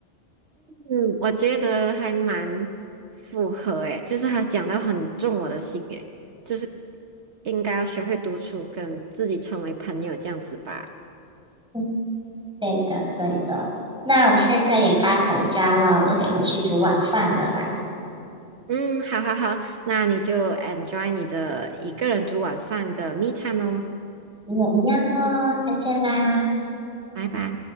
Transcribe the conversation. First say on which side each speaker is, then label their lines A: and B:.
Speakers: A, on the right (about 70°); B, in the centre.
A: 嗯，我觉得还蛮符合，诶，就是他讲到很中我的心，诶，就是应该要学会独处，跟自己成为朋友这样子吧。
B: 嗯对的，对的。那我现在也该回家了，我得回去煮晚饭了啦。
A: 嗯，好好好，那你就 enjoy 你的一个人煮晚饭的 me time 哦，
B: 你也一样哦，再见啦。
A: 拜拜。